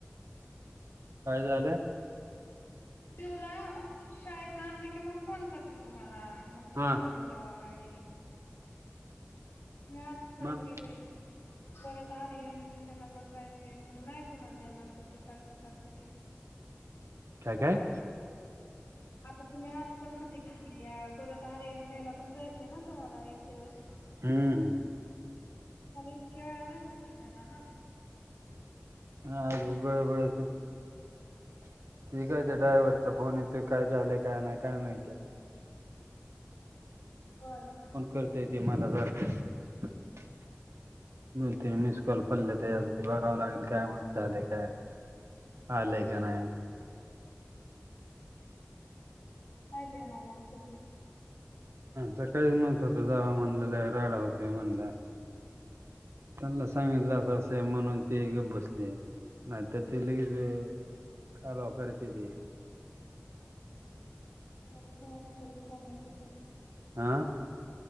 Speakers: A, on the right (about 85°); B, on the left (about 75°).
A: काय झालं?
B: पिहू ला शाळेतनं आणलं की मग फोन करती तुम्हाला तुम्ही
A: हा
B: घेऊन जावा गाडी मी आज खरं
A: मग
B: केलंय परत आर्यनच्या ह्याला पण जायचंय मग नाही तुम्हाला सूट्टी सारखं सारखं ती
A: काय काय?
B: आता तुम्ही आज पण सुट्टी घेतलीया परत आर्यनच्या ह्याला पण जायचंय ना तुम्हाला एक दिवस
A: हम्
B: मग इतक्या नाही सुट्टी देणार ना तीं
A: मी आज बळबळ <unintelligible> ते काय ते ड्रायव्हरचा फोन येतोय. काय झालंय? काय नाही, काय माहिती आता?
B: हम.
A: करता येते मला <unintelligible> न ते मिस्कॉल पडले त्यासाठी बघावं लागेल काय म काय झालय? काय नाही?
B: हम्म.
A: आलंय का नाही?
B: नाहीत देणार मग ते सुट्टे.
A: सकाळी म्हणत होत. जाव म्हणल. लई राडा होतोय म्हणला. त्यांला सांगितलं अस असंय म्हणून ते गप बसले. नाहीतर - ते लई हे कालवा करत्यात ते.
B: मलाबी कोणाचे तरी फोन येत होते.
A: आ?